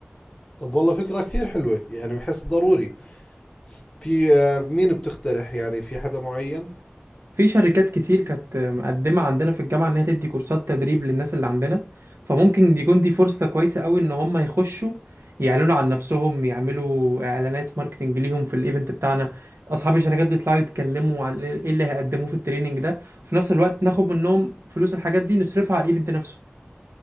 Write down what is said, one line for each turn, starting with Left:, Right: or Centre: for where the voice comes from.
Left: طب والله فكرة كثير حلوة يعني بحس ضروري في آه، مين بتقترح يعني في حدا معين؟
Right: في شركات كتير كانت مقدمة عندنا في الجامعة إن هي تدي كورسات تدريب للناس اللي عندنا فممكن يكون دي فرصة كويسة قوي إن هم يخشوا يعلنوا عن نفسهم يعملوا إعلانات ماركتينج ليهم في الإيفنت بتاعنا أصحاب الشركات دي يطلعوا يتكلموا عن إيه اللي هيقدموه في التريننج ده وفي نفس الوقت ناخد منهم فلوس الحاجات دي نصرفها على الإيفنت نفسه